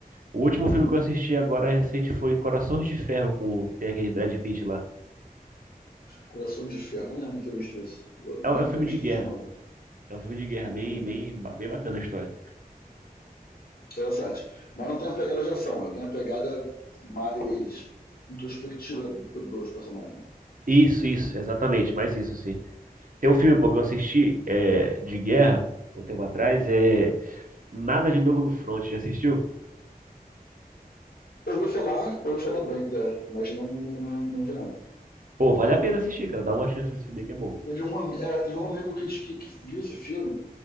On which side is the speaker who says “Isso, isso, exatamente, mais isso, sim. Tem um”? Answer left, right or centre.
Right